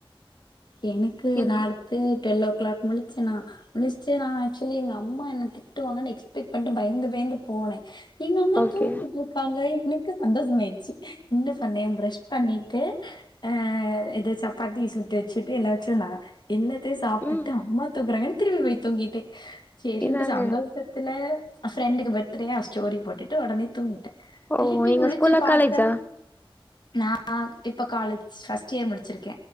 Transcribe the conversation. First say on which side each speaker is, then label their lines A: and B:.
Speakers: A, on the left; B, on the left.
A: எனக்கு
B: ம்
A: நா அடுத்து டுவெல் ஓ க்ளாக் முழிச்சனா முழிச்ட்டு நா ஆக்சுலி எங்க அம்மா என்ன திட்டுவாங்கன்னு எக்ஸ்பெக்ட் பண்ட்டு பயந்து பயந்து போனே எங்க அம்மா
B: ஓகே
A: தூங்கிட்டுருக்காங்க எனக்கு சந்தோஷமாயிடுச்சு என்ன பண்ணே ப்ரஷ் பண்ணி ட்டு ஆ இது சப்பாத்தி சுட்டு வச்சுட்டு எல்லா வச்சுருந்தாங்க எல்லாத்தையு சாப்டுட்டு
B: ம்
A: அம்மா தூங்கறாங்கன்னு திரும்பி போய் தூங்கிட்டே சரின்னுட்டு
B: இதாங்க
A: சந்தோஷத் துல ஃப்ரெண்டுக்கு பர்த்டேயா ஸ்டோரி போட்டுட்டு ஒடனே தூங்கிட்ட
B: ஓ
A: திருப்பி
B: நீங்க
A: முழிச்சி
B: ஸ்கூலா
A: பாக்கற
B: காலேஜா
A: நா ஆ இப்ப காலேஜ் ஃபர்ஸ்ட் இயர் முடிச்சிருக்க.